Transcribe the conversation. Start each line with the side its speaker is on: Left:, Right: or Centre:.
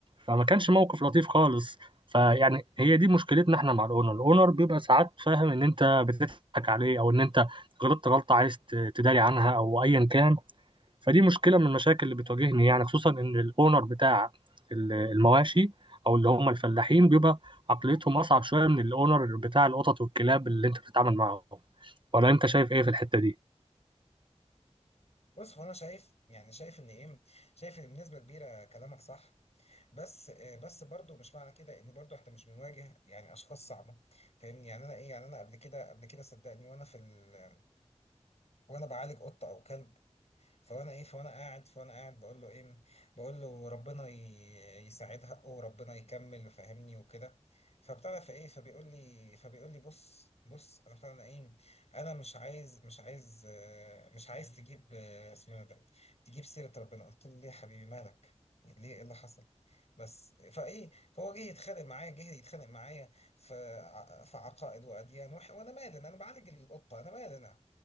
Right: فما كانش موقف لطيف خالص فيعني هي دي مشكلتنا احنا مع الاونر الاونر بيبقى ساعات فاهم ان انت بتضحك عليه او ان انت غلطت غلطه عايز ت- تداري عنها او ايا كان فدي مشكله من المشاكل اللي بتواجهني يعني خصوصا ان الاونر بتاع ال- المواشي او اللي هم الفلاحين بيبقى عقليتهم اصعب شويه من الاونر بتاع القطط والكلاب اللي انت بتتعامل معاهم ولا انت شايف ايه في الحته دي
Left: بص هو انا شايف يعني شايف ان ايه شايف ان بنسبه كبيره كلامك صح بس آه، بس برضو مش معنى كده ان برضو احنا مش بنواجه يعني اشخاص صعبه فاهمني يعني انا ايه يعني انا قبل كده قبل كده صدقني وانا في ال... وانا بعالج قطه او كلب فانا ايه فانا قاعد فانا قاعد بقول له ايه بقول له ربنا ي- يساعد حقه وربنا يكمل فاهمني وكده فابتدى فايه فبيقول لي فبيقول لي بص بص انا فعلا ايه انا مش عايز مش عايز آه، مش عايز تجيب آه، اسمه إيه ده تجيب سيرة ربنا قلت له ليه يا حبيبي مالك ليه ايه اللي حصل بس فايه فهو جه يتخانق معايا جه يتخانق معايا في ع- في عقائد واديان وح- وانا مالي انا بعالج القطه انا مالي انا